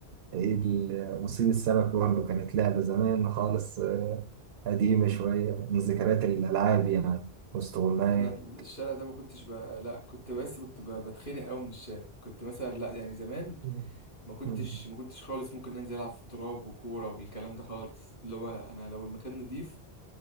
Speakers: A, on the right; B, on the left.
A: ال- مصيد السمك برضه كانت لعبة زمان خالص آه، قديمة شوية من ذكريات الألعاب يعني واستغماية
B: انا الشارع ده ما كنتش ب... لا كنت بس كنت ب... بتخنق قوي من الشارع كنت مثلا لا يعني زمان
A: مم.
B: ما كنتش
A: مم.
B: ما كنتش خالص ممكن انزل العب في التراب وكوره والكلام ده خالص اللي هو انا لو المكان نضيف